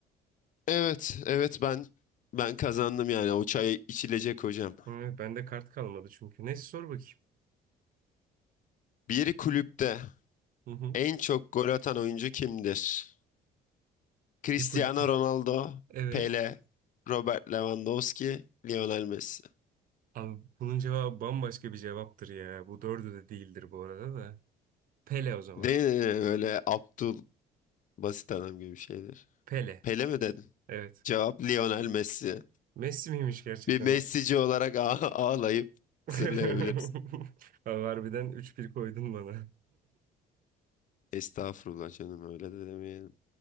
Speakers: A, on the left (about 50°); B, on the right (about 55°).
A: Evet, evet ben ben kazandım yani o çay içilecek hocam.
B: Hı, bende kart kalmadı çünkü. Neyse sor bakayım.
A: Bir kulüpte
B: Hı hı.
A: en çok gol atan oyuncu kimdir? Cristiano
B: Bir kulüpte.
A: Ronaldo,
B: Evet.
A: Pele, Robert Lewandowski, Lionel Messi.
B: Abi bunun cevabı bambaşka bir cevaptır ya. Bu dördü de değildir bu arada da. Pele o zaman.
A: Değil mi? Böyle Abdul Basit adam gibi bir şeydir.
B: Pele.
A: Pele mi dedin?
B: Evet.
A: Cevap Lionel Messi.
B: Messi miymiş gerçekten?
A: Bir Messi'ci olarak ağ- ağlayıp
B: <laughs>
A: zırlayabiliriz.
B: Abi harbiden Üç bir koydun bana.
A: Estağfurullah canım öyle de demeyelim.